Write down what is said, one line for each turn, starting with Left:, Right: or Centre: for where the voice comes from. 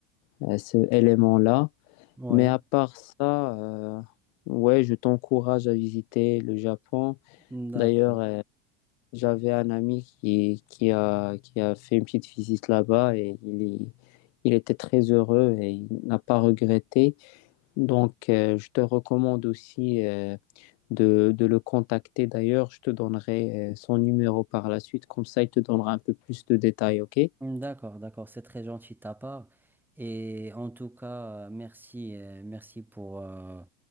Left: euh, ce élément-là.
Centre: Oui,
Left: Mais à part ça, euh, ouais, je t'encourage à visiter le Japon.
Centre: d'accord.
Left: D'ailleurs, euh, j'avais un ami qui, qui a, qui a fait une petite visite là-bas et il, est- il était très heureux et il n'a pas regretté. Donc, euh, je te recommande aussi euh, de, de le contacter. D'ailleurs, je te donnerai euh, son numéro par la suite. Comme ça, il te donnera un peu plus de détails, OK?
Centre: D'accord, d'accord, c'est très gentil de ta part. Et en tout cas, euh, merci, euh, merci pour euh,